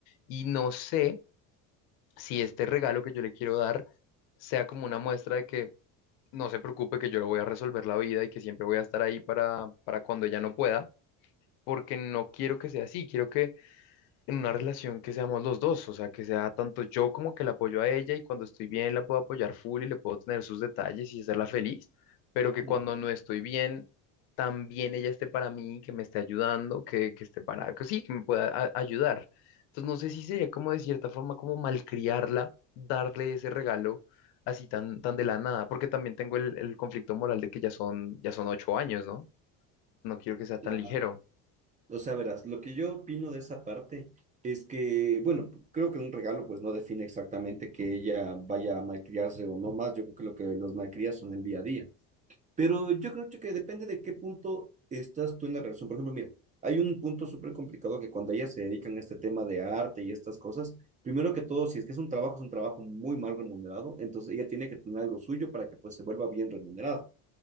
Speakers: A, on the left; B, on the right.
A: y no sé si este regalo que yo le quiero dar sea como una muestra de que no se preocupe, que yo le voy a resolver la vida y que siempre voy a estar ahí para, para cuando ella no pueda porque no quiero que sea así, quiero que en una relación que seamos los dos, o sea, que sea tanto yo como que la apoyo a ella y cuando estoy bien la puedo apoyar full y le puedo tener sus detalles y hacerla feliz, pero que
B: ujú.
A: cuando no estoy bien, también ella esté para mí, que me esté ayudando, que, que esté para, que sí, que me pueda a- ayudar. Entonces no sé si sería como de cierta forma como malcriarla, darle ese regalo así tan, tan de la nada, porque también tengo el, el conflicto moral de que ya son, ya son ocho años, ¿no? No quiero que sea
B: Claro.
A: tan ligero.
B: O sea, verás, lo que yo opino de esa parte es que, bueno, creo que un regalo pues no define exactamente que ella vaya a malcriarse o no más, yo creo que lo que los malcrías son el día a día. Pero yo creo que depende de qué punto estás tú en la relación. Por ejemplo, mira, hay un punto súper complicado que cuando ellas se dedican a este tema de arte y estas cosas, primero que todo, si es que es un trabajo, es un trabajo muy mal remunerado, entonces ella tiene que tener algo suyo para que pues se vuelva bien remunerado